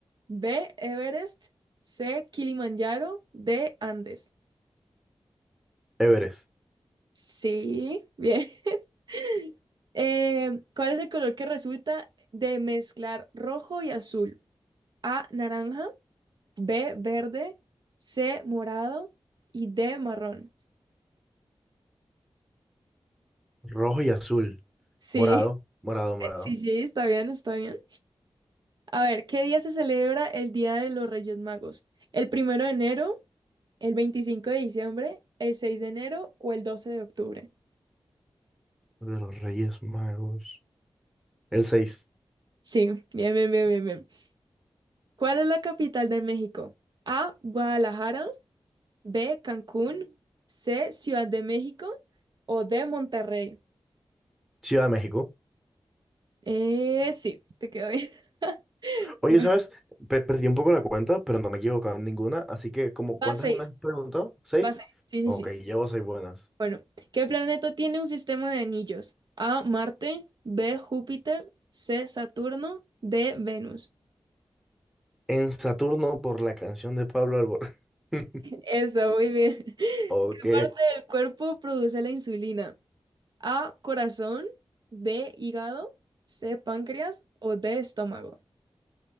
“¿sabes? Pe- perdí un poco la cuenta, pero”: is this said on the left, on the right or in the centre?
Centre